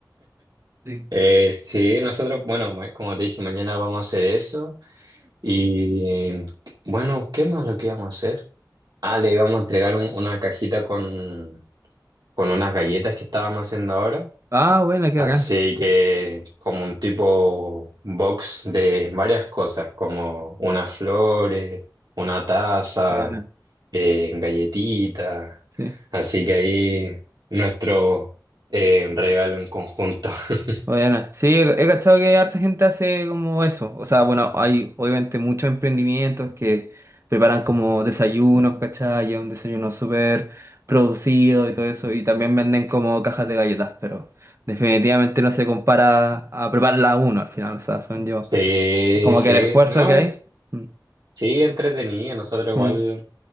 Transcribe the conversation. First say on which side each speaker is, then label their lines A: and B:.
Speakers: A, on the right (about 40°); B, on the right (about 70°).
A: Sí.
B: Eh, sí, nosotros, bueno, ma- como te dije, mañana vamos a hacer eso. Y bueno, ¿qué más lo que íbamos a hacer? Ah, le íbamos a entregar un- una cajita con, con unas galletas que estábamos haciendo ahora.
A: Ah, bueno, qué
B: Así
A: bacán.
B: que como un tipo box de varias cosas, como unas flores, una taza,
A: Bueno,
B: eh, galletitas.
A: sí.
B: Así que ahí nuestro eh, regalo en conjunto. <laughs>
A: Bueno, sí, he, he cachado que harta gente hace como eso. O sea, bueno, hay obviamente muchos emprendimientos que preparan como desayunos, ¿cachai? Y es un desayuno súper producido y todo eso. Y también venden como cajas de galletas, pero definitivamente no se compara a prepararla uno al final. O sea, son yo.
B: Sí,
A: Como
B: sí,
A: que el esfuerzo
B: no,
A: que hay. Mm,
B: Sí, entretenido. Nosotros igual
A: mm,